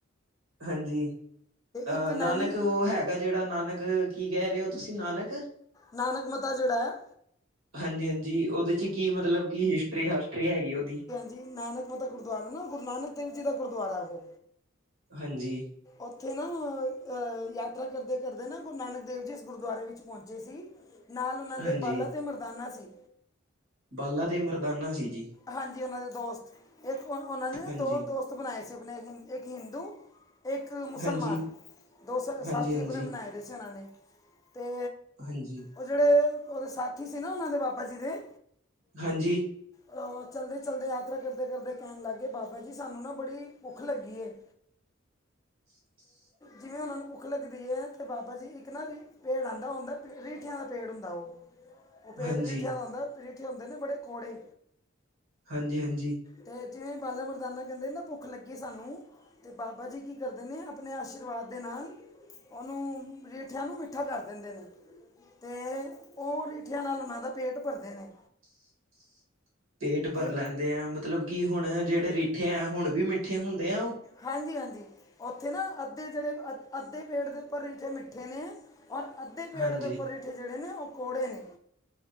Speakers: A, on the right; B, on the left.
A: ਹਾਂਜੀ, ਅ
B: ਇੱਕ ਨੈਣੀ
A: ਨਾਨਕ ਓ ਹੈਗਾ ਜੇੜਾ ਨਾਨਕ, ਕੀ ਕੈ ਰਹੇ ਹੋ ਤੁਸੀਂ ਨਾਨਕ
B: ਨਾਨਕ ਮਤਾ ਜਿੜਾ।
A: ਹਾਂਜੀ-ਹਾਂਜੀ, ਓਦੇ ਚ ਕੀ ਮਤਲਬ, ਕਿ ਹਿਸਟਰੀ-ਹਾਸਟਰੀ ਹੈਗੀ ਓਦੀ
B: ਜੀ ਨਾਨਕਮਤਾ ਗੁਰਦੁਵਾਰਾ ਨਾ ਗੁਰੂ ਨਾਨਕ ਦੇਵ ਜੀ ਦਾ ਗੁਰਦੁਵਾਰਾ ਵੇ
A: ਹਾਂਜੀ
B: ਓਥੇ ਨਾ, ਅ ਯਾਤਰਾ ਕਰਦੇ-ਕਰਦੇ ਨਾ ਗੁਰੂ ਨਾਨਕ ਦੇਵ ਜੀ ਇਸ ਗੁਰਦੁਵਾਰੇ ਵਿੱਚ ਪੋਚੇ ਸੀ। ਨਾਲ ਓਨਾ ਦੇ
A: ਹਾਂਜੀ
B: ਬਾਲਾ ਤੇ ਮਰਦਾਨਾ ਸੀ।
A: ਬਾਲਾ ਤੇ ਮਰਦਾਨਾ ਸੀ ਜੀ
B: ਹਾਂਜੀ, ਓਨਾ ਦੇ ਦੋਸਤ, ਏਕ ਓ ਓਨਾ ਨੇ
A: ਹਾਂਜੀ
B: ਦੋ ਦੋਸਤ ਬਣਾਏ ਸੀ। ਅਪਣੇ ਹਿੰ ਏਕ ਹਿੰਦੂ ਏਕ ਮੁਸਲਮਾਨ,
A: ਹਾਂਜੀ
B: ਦੋਸ ਸ
A: ਹਾਂਜੀ
B: ਸਾਥੀ
A: ਹਾਂਜੀ
B: ਆਪਣੇ ਬਣਾਏ ਦੇ ਸੀ। ਉਨਾਂ ਨੇ, ਤੇ
A: ਹਾਂਜੀ
B: ਓ ਜਿਹੜੇ, ਓਦੇ ਸਾਥੀ ਸੀ ਨਾ ਓਨਾ ਦੇ ਬਾਬਾ ਜੀ ਦੇ
A: ਹਾਂਜੀ
B: ਅ, ਚਲਦੇ-ਚਲਦੇ ਯਾਤਰਾ ਕਰਦੇ-ਕਰਦੇ ਕੈੰਣ ਲਾਗੇ ਬਾਬਾ ਜੀ ਸਾਨੂੰ ਨਾ ਬੜੀ ਭੁੱਖ ਲੱਗੀ ਏ।
A: <inaudible>
B: ਜਿਵੇਂ ਓਨਾਂ ਨੂੰ ਭੁੱਖ ਲੱਗਦੀ ਏ, ਤੇ ਬਾਬਾ ਜੀ ਇੱਕ ਨਾ ਵੀ ਪੇੜ ਆਂਦਾ ਹੁੰਦਾ ਪੇ ਰੀਠੇਆ ਦਾ ਪੇੜ ਹੁੰਦਾ ਓ ਓ ਪੇੜ
A: ਹਾਂਜੀ
B: ਰੀਠੇਆਂ ਦਾ ਹੁੰਦਾ, ਰੀਠੇ ਹੁੰਦੇ ਨੇ ਬੜੇ ਕੋੜੇ
A: ਹਾਂਜੀ-ਹਾਂਜੀ
B: ਤੇ ਜਿਵੇ ਬਾਲਾ ਮਰਦਾਨਾ ਕੈਦੇ ਨਾ ਭੁੱਖ ਲੱਗੀ ਸਾਨੂੰ, ਤੇ ਬਾਬਾ ਜੀ ਕੀ ਕਰਦੇ ਨੇ ਆਪਣੇ ਆਸ਼ੀਰਵਾਦ ਦੇ ਨਾਲ, ਓਨੂੰ ਰੀਠੇਆਂ ਨੂੰ ਮਿੱਠਾ ਕੱਰ ਦਿੰਦੇ ਨੇ। ਤੇ, ਓ ਰੀਠੇਆਂ ਨਾਲ ਓਨਾ ਦਾ ਪੇਟ ਭਰਦੇ ਨੇ।
A: <inaudible> ਪੇਟ ਭਰ
B: ਤੇ
A: ਲੈਂਦੇ ਆਂ। ਮਤਲਬ ਕਿ ਹੁਣ ਜਿਹੜੇ ਰੀਠੇ ਆਂ, ਹੁਣ ਵੀ ਮਿੱਠੇ ਹੁੰਦੇ ਆ ਉਹ?
B: ਹਾਂਜੀ-ਹਾਂਜੀ, ਉੱਥੇ ਨਾ ਅੱਧੇ ਜਿਹੜੇ ਅ, ਅੱਧੇ ਪੇੜ ਦੇ ਉੱਪਰ ਰਿਠੇ ਮਿੱਠੇ ਨੇਂ। ਔਰ ਅੱਧੇ ਪੇੜ
A: ਹਾਂਜੀ
B: ਦੇ ਉੱਪਰ ਰਿਠੇ ਜਿਹੜੇ ਨੇ, ਉਹ ਕੌੜੇ ਨੇ।